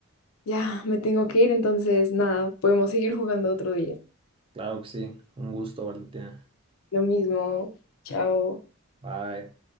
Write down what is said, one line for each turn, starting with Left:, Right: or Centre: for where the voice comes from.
Left: ya me tengo que ir, entonces nada, podemos seguir jugando otro día.
Right: Claro que sí. Un gusto, Valentina.
Left: Lo mismo. Chao.
Right: Bye.